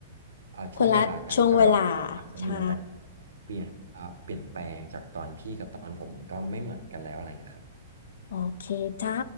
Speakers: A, on the right (about 75°); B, on the left (about 65°).
A: อ่าช่วงเวลากันก็แบบอาจจะมีอะไร
B: คนละช่วงเวลาใช่
A: เปลี่ยนอ่าเปลี่ยนแปลงจากตอนพี่กับตอนผมมันก็ไม่เหมือนกันแล้วอะไรเงี้ยครับ
B: โอเคจ้า